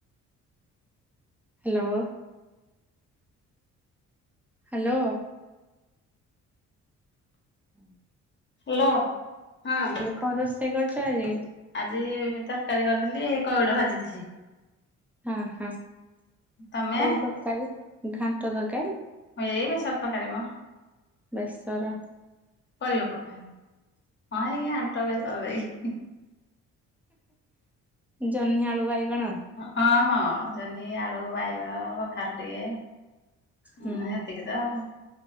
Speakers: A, in the centre; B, on the left.
A: ହ୍ୟାଲୋ। ହ୍ୟାଲୋ। ହୁଁ।
B: ହ୍ୟାଲୋ। ହଁ
A: କଣ ରୋଷେଇ କରିଛ ଆଜି?
B: ଆଜି ମୁ ତରକାରୀ କରିଥିଲି। କଇଡ଼ ଭାଜିଥିଲି।
A: ହଁ ହଁ
B: ତମେ
A: କୋଉ ତରକାରୀ ଘାଣ୍ଟ ତର
B: ହ ଏଇ ବେସର ତରକାରୀ ମ
A: ବେସର
B: ପରିବା ପକା ହେଇ ହଁ ଏଇ ଆଣ୍ଟ ବେସର ଦେଇ।
A: ଜହ୍ନି ଆଳୁ ବାଇଗଣ
B: ହଁ ହଁ। ଜହ୍ନି, ଆଳୁ, ବାଇଗଣ, କଖାରୁ ଟିକେ ହ
A: ହୁଁ।
B: ହେତିକି ତ ଆଉ।